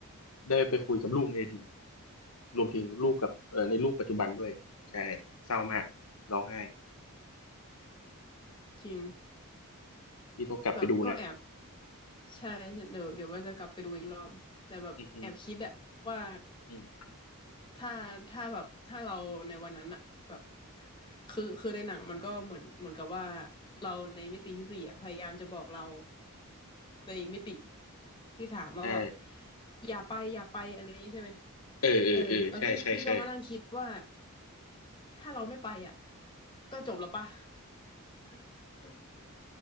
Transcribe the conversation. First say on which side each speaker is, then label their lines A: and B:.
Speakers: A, on the left; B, on the left.
A: ได้ไปคุยกับลูกในอดีตรวมถึงลูกกับเอ่อในลูกปัจจุบันด้วยใช่เศร้ามากร้องไห้
B: จริง
A: พี่ต้องกลับไปดูนะ
B: แบบก็แอบใช่เดี๋ยวเดี๋ยวว่าจะกลับไปดูอีกรอบแต่แบบแอบคิดอะว่า
A: อือฮึอืม
B: ถ้าถ้าแบบถ้าเราในวันนั้นอะแบบคือคือในหนังมันก็เหมือนเหมือนกับว่าเราในมิติที่สี่อะพยายามจะบอกเราในมิติที่สามว่าแบบ
A: ใช่
B: อย่าไปอย่าไปอะไรอย่างนี้ใช่ไหม
A: เออเออเออใช่ใช่ใช่
B: เออแล้วพี่พี่ก็มานั่งคิดว่า ถ้าเราไม่ไปอ่ะก็จบแล้วป่ะ <laughs>